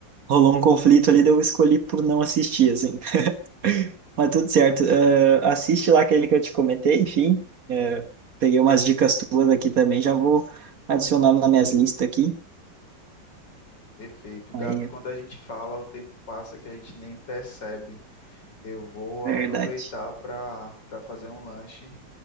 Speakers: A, on the right (about 50°); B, on the left (about 70°).
A: Rolou um conflito ali, daí eu escolhi por não assistir, assim. <laughs> Mas tudo certo. Eh, assiste lá aquele que eu te comentei, enfim. Eh, peguei umas dicas tuas aqui também, já vou adicionando nas minhas listas aqui.
B: Perfeito, Gabi.
A: Aí, é
B: Quando a gente fala, o tempo passa que a gente nem percebe. Eu vou
A: verdade.
B: aproveitar para para fazer um lanche